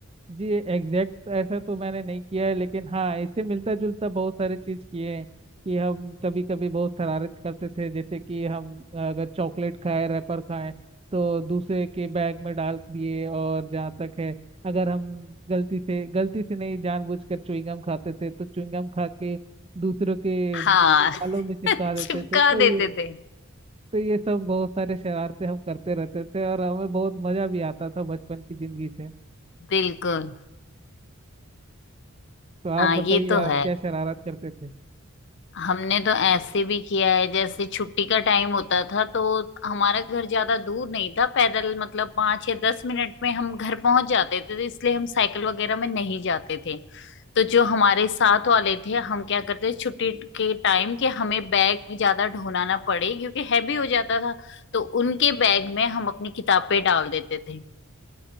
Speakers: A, on the right; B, on the left.
A: जी एग्जैक्ट ऐसा तो मैंने नहीं किया है लेकिन हाँ इससे मिलता जुलता बहुत सारे चीज किए हैं कि हम कभी कभी बहुत शरारत करते थे जैसे कि हम अगर चॉकलेट खाए रैपर खाए तो दूसरे के बैग में डाल दिए और जहाँ तक है अगर हम गलती से गलती से नहीं जानबूझकर च्युइंगम खाते थे तो च्युइंगम खा के दूसरों के
B: हाँ
A: बालों में चिपका
B: <laughs>
A: देते
B: चिपका
A: थे तो
B: देते
A: ये
B: थे
A: तो ये सब बहुत सारे शरारते हम करते रहते थे और हमें बहुत मजा भी आता था बचपन की जिंदगी से
B: बिल्कुल
A: तो आप
B: हाँ
A: बताइए
B: ये तो
A: आप
B: है
A: क्या शरारत करते थे
B: हमने तो ऐसे भी किया है जैसे छुट्टी का टाइम होता था तो हमारा घर ज्यादा दूर नहीं था पैदल मतलब पांच या दस मिनट में हम घर पहुंच जाते थे तो इसलिए हम साइकिल वगैरह में नहीं जाते थे तो जो हमारे साथ वाले थे हम क्या करते छुट्टी के टाइम के हमें बैग ज्यादा ढोना ना पड़े क्योंकि हैवी हो जाता था तो उनके बैग में हम अपनी किताबें डाल देते थे